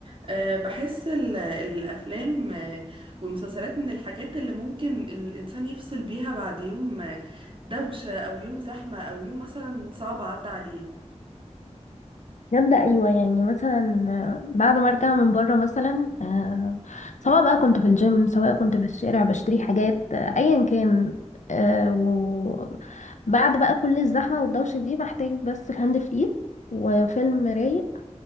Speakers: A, on the right; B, on the left.
A: أه بحس ال- الأفلام آه، والمسلسلات من الحاجات اللي ممكن الإنسان يفصل بيها بعد يوم آه، دوشة أو يوم زحمة أو يوم مثلا صعب عدى عليه
B: جامدة أيوة يعني مثلا آه، بعد ما أرجع من بره مثلا آه، سواء بقى كنت في الجيم سواء كنت في الشارع بشتري حاجات آه، أيا كان آه، وبعد بقى كل الزحمة والدوشة دي بحتاج بس الهاند فري وفيلم رايق